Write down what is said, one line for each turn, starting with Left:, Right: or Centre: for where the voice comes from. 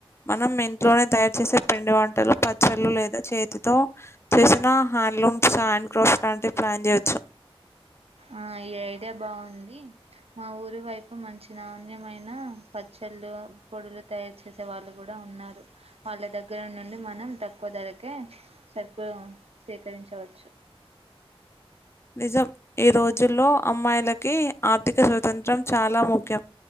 Left: మనం ఇంట్లోనే తయారు చేసి పిండి వంటలు పచ్చళ్ళు లేదా చేతితో చేసిన హ్యాండ్లూమ్స్ హండ్ కఫ్ అలాంటివి ప్లాన్ చేయచ్చు
Right: ఆ ఈ ఐడియా బాగుంది మా ఊరు వైపు మంచి నాణ్యమైన పచ్చ చల్లు పొడులు తయారు చేసే వాళ్ళు కూడా ఉన్నారు వాళ్ళ దగ్గర నుండి మనం తక్కువ ధరకి కే సరుకులు సేకరించవచ్చు
Left: నిజం ఈ రోజుల్లో అమ్మాయిలకి ఆర్థిక స్వతంత్రం చాలా ముఖ్యం